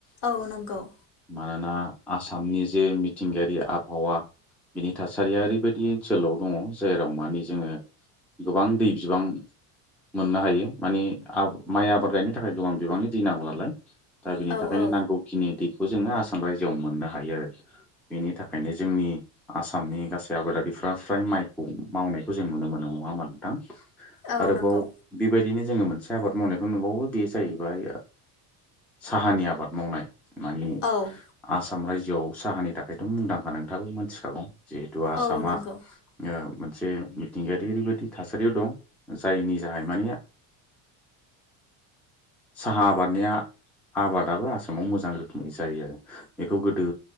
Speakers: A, on the left (about 50°); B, in the centre.
A: औ नंगौव।
B: मानोना आसामनि जे मिथिंगायारि आबहावा बिनि थासारिया ओरैबायदि ओनसोलाव दंङ जेराव माने जोंङो गोबां दै बिबां मोननो हायो माने माइ आबाद गायनो थाखाय गोबां बिबांनि दै नांगौ नालाय दा बिनि
A: औ
B: थाखायनो
A: औ
B: नांगौ। खिनि दैखौ जोंङो आसाम रायजोआव मोननो हायो आरो बेनि थाखायनो जोंनि आसामनि गासै आबादारिफ्रा फ्राय माइखौ मावनायखौ जों नुनो मोनो नंङा होनबा नोंथां।
A: औ
B: आरोबाव
A: नंगौ
B: बेबायदिनो जोंङो मोनसे आबाद मावनायखौ नुबावो बे जाहैबाय साहानि आबाद मावनाय मानि
A: औ
B: आसाम रायजोआव साहानि थाखायथ' मुंदांखा नोंथांङाबो मिथिखागौ जिहेथु आसामा
A: औ नंगौ
B: मोनसे मिथिंगायारि ओरैबायदि थासारियाव दं जायनि जाहै माने साहा आबादनिया आबादाबो आसामाव मोजां रोखोमै जायो आरो बेखौ गोदो